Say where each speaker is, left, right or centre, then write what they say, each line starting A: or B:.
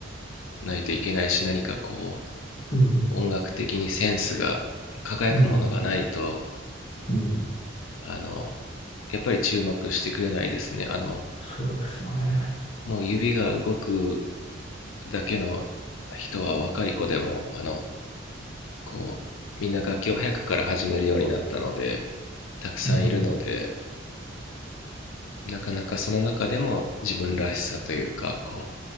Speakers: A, on the left (about 85°); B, on the left (about 30°).
A: ないといけないし何かこう
B: うん
A: 音楽的にセンスが輝くものがないと
B: うんうん
A: あのやっぱり注目してくれないですねあの
B: そうですよね。
A: もう指が動くだけの人は若い子でもあのこうみんな楽器を早くから始めるようになったのでたくさんいるので
B: うん
A: なかなかその中でも自分らしさというかこ